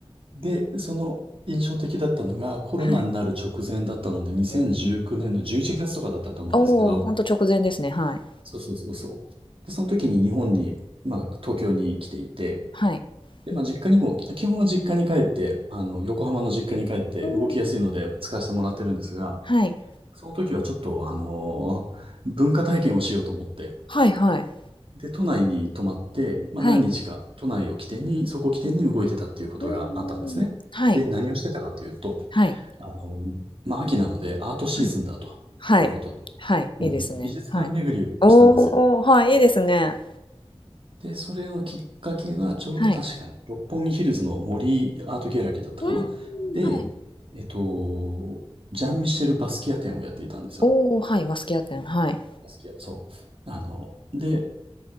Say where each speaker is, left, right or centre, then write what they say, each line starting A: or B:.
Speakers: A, on the right; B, on the left.
A: で、その印象的だったのが、コロナになる直前だったので、
B: はい。
A: 2019年の11月とかだったと思うんですけど、
B: うん。おお、ほんと直前ですね。はい。
A: そうそうそうそう。で、その時に日本に、まあ、東京に来ていて、
B: はい。
A: で、
B: うん。
A: まあ、実家にも、基本は実家に帰って、あの、横浜の実家に帰って動きやすいので使わせてもらってるんですが、
B: うーん。はい。
A: その時はちょっと、あの文化体験をしようと思って、
B: はいはい。
A: で、都内に泊まって、まあ、
B: はい。
A: 何日か都内を起点に、そこを起点に動いてたっていうことがあったんですね。
B: うーん。はい。
A: で、何をしてたかというと、
B: はい。
A: あのまあ、秋なのでアートシーズンだということで、
B: はい。はい。はい。
A: もう美美術館巡りをしたんですよ。
B: いいですね。はい。おお、はい、いいですね。
A: で、それのきっかけが、ちょうど確かに、
B: はい。
A: 六本木ヒルズの森アートギャラリーだったかな。
B: うーん。
A: で、
B: はい。
A: えっと、ジャン・ミシェル・バスキア展をやっていたんですよ。
B: おお、はい、バスキア展、はい。
A: バスキア。そう。あの、で、